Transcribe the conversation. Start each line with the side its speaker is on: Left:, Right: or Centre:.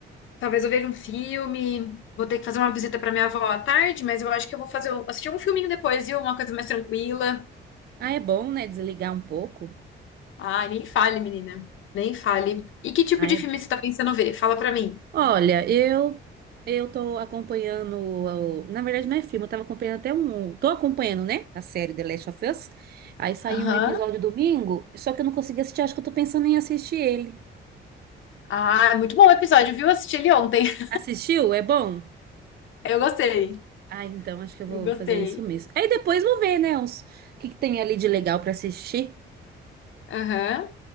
Left: talvez eu veja um filme, vou ter que fazer uma visita pra minha avó à tarde, mas eu acho que eu vou fazer, assistir um filminho depois, viu? Uma coisa mais tranquila.
Right: Ah, é bom, né? Desligar um pouco.
Left: Ai, nem fale, menina. Nem fale. E que tipo
Right: Ah,
Left: de
Right: é
Left: filme
Right: bom.
Left: você tá pensando ver? Fala pra mim.
Right: Olha, eu eu tô acompanhando, o- na verdade não é filme, eu tava acompanhando até um, tô acompanhando, né, a série The Last of Us. Aí saiu
Left: Aham.
Right: um episódio domingo, só que eu não consegui assistir, acho que eu tô pensando em assistir ele.
Left: Ah, é muito bom o episódio, viu? Eu assisti ele ontem. <laughs>
Right: Assistiu? É bom?
Left: Eu gostei.
Right: Ah, então acho que eu vou
Left: Eu gostei.
Right: fazer isso mesmo. Aí depois vou ver, né, os, o que que tem ali de legal pra assistir.
Left: Aham.